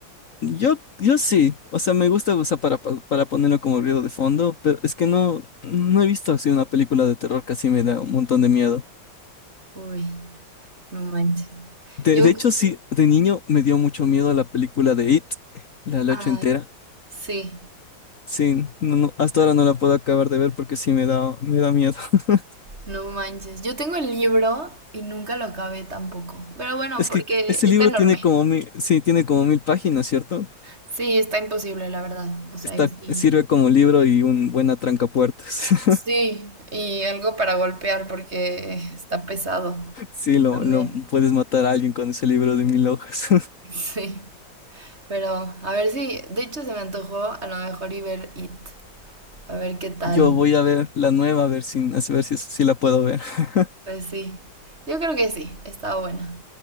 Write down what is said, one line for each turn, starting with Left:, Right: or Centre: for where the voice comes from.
Left: Yo, yo sí, o sea, me gusta usar para, pa- para ponerlo como ruido de fondo, pero es que no, no he visto así una película de terror que así me da un montón de miedo.
Right: Uy, no manches.
Left: De,
Right: Yo,
Left: de hecho, sí, de niño me dio mucho miedo la película de It, la, la
Right: ay,
Left: ocho entera.
Right: sí,
Left: Sí, no, no, hasta ahora no la puedo acabar de ver porque sí me da, me da miedo. <laughs>
Right: no manches. Yo tengo el libro y nunca lo acabé tampoco. Pero bueno,
Left: Es
Right: porque
Left: que ese
Right: está
Left: libro
Right: enorme.
Left: tiene como mil, sí, tiene como mil páginas, ¿cierto?
Right: Sí, está imposible, la verdad. O sea,
Left: Está,
Right: ahí sí.
Left: sirve como libro y un buen atrancapuertas. <laughs>
Right: Sí, y algo para golpear porque está pesado
Left: Sí, lo,
Right: también.
Left: lo
Right: <laughs>
Left: puedes matar a alguien con ese libro de mil hojas.
Right: Sí, pero a ver si, de hecho se me antojó a lo mejor y ver It, a ver qué tal.
Left: Yo voy a ver la nueva, a ver si, a ver si, si la puedo ver. <laughs>
Right: Pues sí, yo creo que sí, está buena.